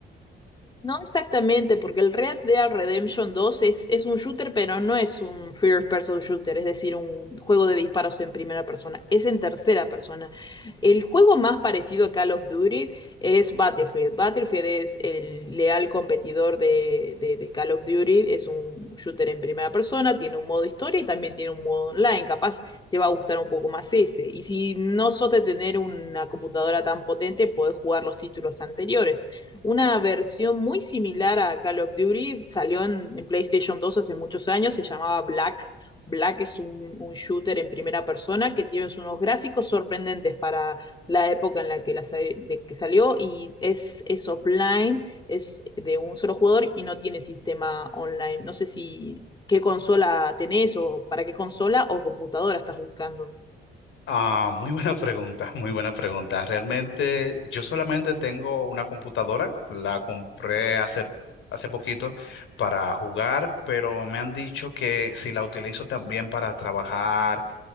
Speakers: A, on the left; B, on the left.
A: No exactamente, porque el Red Dead Redemption dos es, es un shooter, pero no es un first person shooter, es decir, un juego de disparos en primera persona, es en tercera persona. El juego más parecido a Call of Duty es Battlefield. Battlefield es el leal competidor de, de, de Call of Duty, es un shooter en primera persona, tiene un modo historia y también tiene un modo online, capaz te va a gustar un poco más ese. Y si no sos de tener una computadora tan potente, podés jugar los títulos anteriores una versión muy similar a Call of Duty, salió en, en PlayStation dos hace muchos años, se llamaba Black. Black es un, un, shooter en primera persona que tiene unos gráficos sorprendentes para la época en la que, la, de, que salió y es, es offline, es de un solo jugador y no tiene sistema online. No sé si qué consola tenés o para qué consola o computadora estás buscando.
B: Ah, muy buena <laughs> pregunta, muy buena pregunta. Realmente yo solamente tengo una computadora, la compré hace, hace poquito para jugar, pero me han dicho que si la utilizo también para trabajar